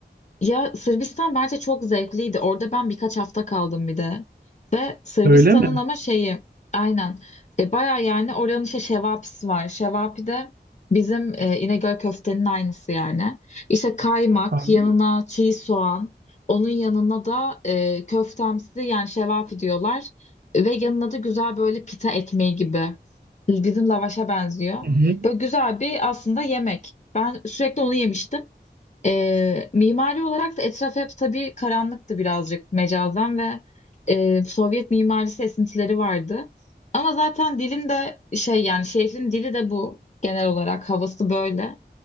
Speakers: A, on the left; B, on the right.
A: Ya Sırbistan bence çok zevkliydi. Orada ben birkaç hafta kaldım bir de. Ve Sırbistan'ın
B: Öyle mi?
A: ama şeyi aynen e, baya yani oranın işte şevapisi var. Şevapi de bizim e, İnegöl köftenin aynısı yani. İşte kaymak,
B: Abi.
A: yanına çiğ soğan, onun yanına da e, köftemsi yani şevapi diyorlar. Ve yanına da güzel böyle pita ekmeği gibi. Bizim lavaşa benziyor.
B: Hı hı.
A: Böyle güzel bir aslında yemek. Ben sürekli onu yemiştim. E, mimari olarak da etraf hep tabii karanlıktı birazcık mecazen ve e, Sovyet mimarisi esintileri vardı. Ama zaten dilin de şey yani şehrin dili de bu genel olarak havası böyle.